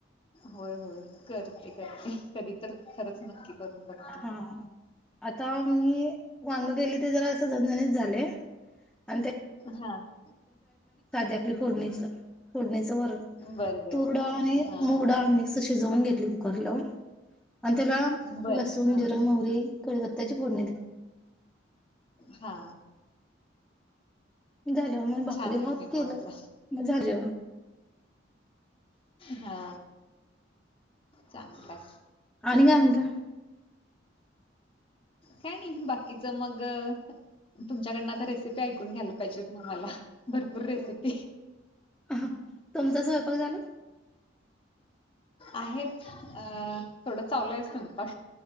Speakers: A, on the left; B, in the centre.
A: होय होय करते करते. कधी तर खरंच नक्की? करून बघते.
B: हा आता मी वांग केली. ते जरा अस झणझणीत झालय. अन ते
A: हा..
B: आपली फोडणीच फोडणीच वरण
A: बर बर
B: तुर डाळ आणि
A: हा
B: मुग
A: हा
B: डाळ मिक्स शिजवून घेत ली कुकर लावून आणि त्याला
A: बर
B: लसूण
A: हा.
B: जिर मोहरी. कढीपत्त्याची फोडणी
A: हा
B: झाल मग भाकरी
A: छान आहे
B: भात
A: मेनू
B: केलं
A: आजचा.
B: मग झाज जेवण.
A: हा चांगलाय
B: आणि काय म्हणत. <inaudible>
A: काय नाही बाकीच मग तुमच्याकडनं आता रेसिपी ऐकून घ्यायला पाहिजेत ना मला भरपूर रेसिपी
B: हा, तुमचा स्वयंपाक झाला
A: आहेत अ थोडं चालू आहे स्वयंपाक